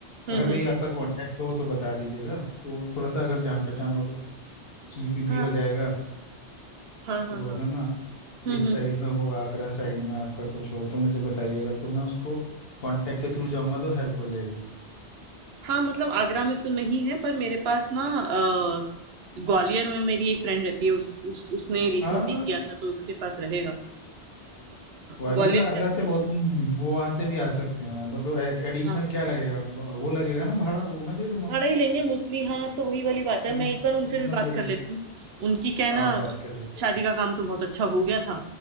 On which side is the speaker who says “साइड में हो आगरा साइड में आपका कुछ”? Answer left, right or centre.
Left